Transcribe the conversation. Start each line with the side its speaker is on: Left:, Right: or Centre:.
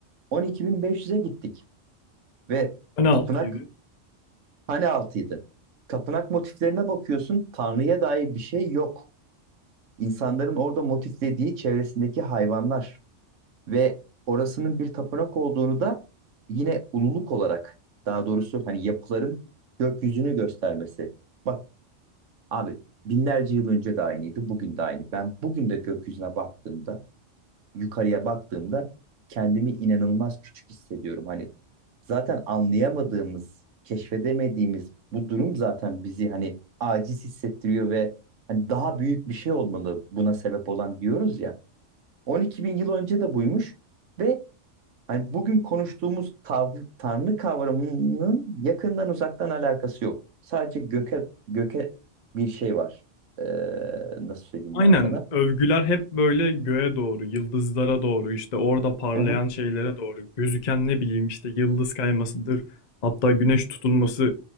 Right: 12.500'e gittik ve
Left: <laughs> Ne
Right: tapınak
Left: altıydı?
Right: hane altıydı. Tapınak motiflerine bakıyorsun Tanrı'ya dair bir şey yok. İnsanların orada motiflediği çevresindeki hayvanlar ve orasının bir tapınak olduğunu da yine ululuk olarak daha doğrusu hani yapıların gökyüzünü göstermesi. Bak Abi binlerce yıl önce de aynıydı, bugün de aynı. Ben bugün de gökyüzüne baktığımda, yukarıya baktığımda kendimi inanılmaz küçük hissediyorum. Hani zaten anlayamadığımız, keşfedemediğimiz bu durum zaten bizi hani aciz hissettiriyor ve hani daha büyük bir şey olmalı buna sebep olan diyoruz ya. 12 bin yıl önce de buymuş ve Hani bugün konuştuğumuz tav- tanrı kavramının yakından uzaktan alakası yok. Sadece göke göke bir şey var. Ee, nasıl söyleyeyim
Left: Aynen
Right: ben sana?
Left: övgüler hep böyle göğe doğru, yıldızlara doğru, işte orada parlayan
Right: Hı hı,
Left: şeylere doğru, gözüken ne bileyim işte yıldız kaymasıdır. Hatta güneş tutulması